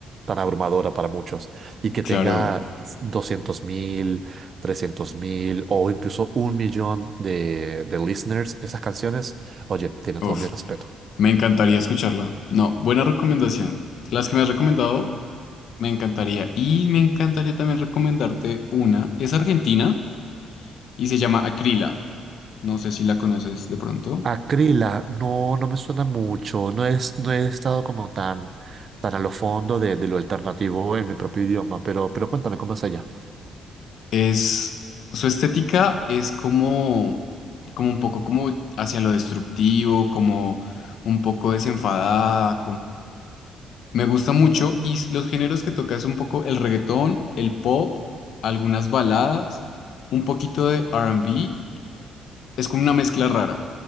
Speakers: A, on the right; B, on the left.
A: tan abrumadora para muchos y que
B: Claro.
A: tenga... doscientos mil, trescientos mil o incluso un millón de, de listeners, esas canciones, oye, tiene
B: Uf,
A: todo mi respeto.
B: me encantaría escucharla No, buena recomendación. Las que me has recomendado Me encantaría. Y me encantaría también recomendarte una. Es argentina y se llama Acrila. No sé si la conoces de pronto.
A: Acrila, no, no me suena mucho. No es, no he estado como tan, tan a lo fondo de, de lo alternativo en mi propio idioma, pero, pero cuéntame cómo es allá.
B: Es, su estética es como, como un poco como hacia lo destructivo, como un poco desenfadada, Me gusta mucho y s- los géneros que toca es un poco el reggaetón, el pop, algunas baladas, un poquito de R&B, es como una mezcla rara